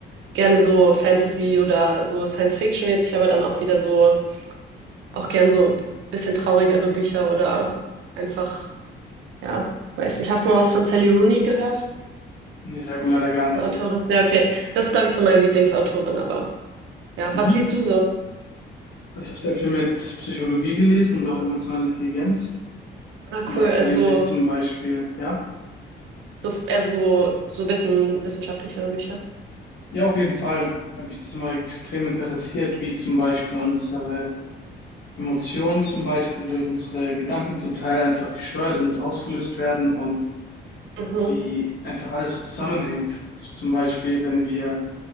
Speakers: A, on the right; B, on the left.
A: gerne so Fantasy oder so Science-Fiction-mäßig, aber dann auch wieder so, auch gern so ein bisschen traurigere Bücher oder einfach, ja, weiß nicht. Hast du mal was von Sally Rooney gehört?
B: Nee, sagt mir leider gar nichts.
A: Eine Autorin? Ja, okay. Das ist, glaube ich, so meine Lieblingsautorin, aber ja,
B: Mhm.
A: was liest du so?
B: Also ich habe sehr viel mit Psychologie gelesen und auch emotionale Intelligenz.
A: Ah,
B: Und
A: cool.
B: aktuell
A: Also
B: lese ich zum Beispiel, ja,
A: so, so eher so, so wissen, wissenschaftlichere Bücher.
B: ja, auf jeden Fall, weil mich das immer extrem interessiert, wie zum Beispiel unsere Emotionen zum Beispiel durch unsere Gedanken zum Teil einfach gesteuert und ausgelöst werden und
A: Mhm.
B: wie einfach alles so zusammenhängt. Also zum Beispiel, wenn wir